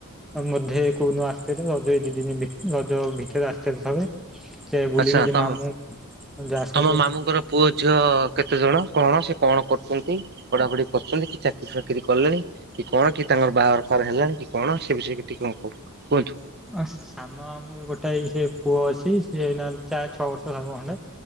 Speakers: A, in the centre; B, on the right (about 45°).
A: ମଧ୍ୟେ କୋଉଦିନ ଆସିଥିଲେ ରଜ ଏଇ ଦି ଦିନ ଭି ରଜ ଭିତରେ ଆସିଥିଲେ ଥରେ। ସେ ବୁଲିକି
B: ଆଚ୍ଛା
A: ଯେ
B: ତମ
A: ମାମୁଁ ଯୋଉ ଆସନ୍ତି।
B: ତମ ମାମୁଁଙ୍କର ପୁଅ ଝିଅ କେତେ ଜଣ କଣ ସେ କଣ କରୁଛନ୍ତି ପଢାପଢି କରୁଛନ୍ତି କି ଚା ଚାକିରି ବାକିରି କଲେଣି କି କଣ କି ତାଙ୍କର ବାହାଘର ଫାହାଘର ହେଲାଣି କି କଣ ସେ ବିଷୟରେ ଟିକେ କଣ କୁହନ୍ତୁ।
A: ଅ ସାନ ମାମୁଁ ର ଗୋଟାଏ ସେ ପୁଅ ଅଛି ସେ ଏଇନା ଚାରି ଛଅ ବର୍ଷ ର ହବ ଖଣ୍ଡେ।